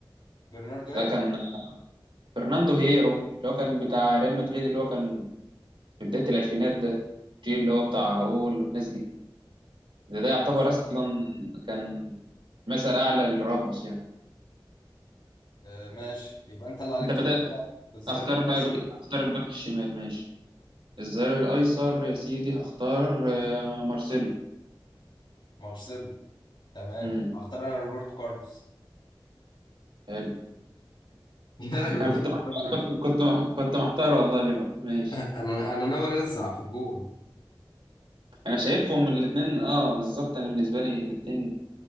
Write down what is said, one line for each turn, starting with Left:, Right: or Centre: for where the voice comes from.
Left: برناردو
Right: ده
Left: ايه
Right: كان فرناندو هيرو اللي هو كان بتاع ريال مدريد اللي هو كان في بداية الألفينات ده الجيل اللي هو بتاع راؤول والناس دي ده, ده يعتبر
Left: ماشي
Right: أصلا كان مثل أعلى لراموس يعني
Left: آه ماشي يبقى انت اللي عليك
Right: أنت
Left: تختار
Right: بدأت
Left: بقى في الظهير
Right: أختار
Left: الايسر
Right: بقى الباك- أختار الباك الشمال ماشي الظهير الايسر يا سيدي هختار آه، مارسيلو
Left: مارسيلو تمام
Right: امم
Left: هختار انا روبرتو كارلوس
Right: حلو
Left: <laughs> لا
Right: انا
Left: روبرتو
Right: كنت محتار
Left: كارلوس
Right: كنت كنت مح- كنت محتار والله بينهم ماشي
Left: انا انا ناوي ارزع في الجون
Right: انا شايفهم الاثنين اه بالظبط انا بالنسبه لي الاثنين